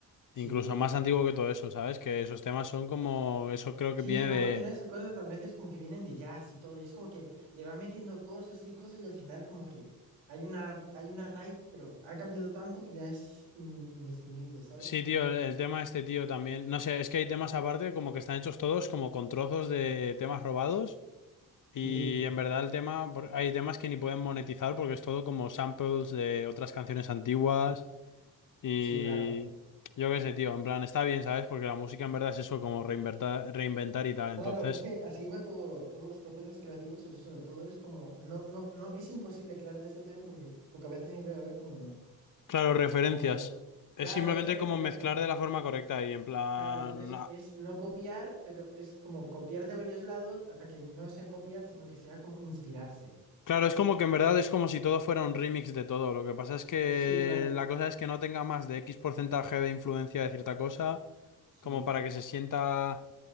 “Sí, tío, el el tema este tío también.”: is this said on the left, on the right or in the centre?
Left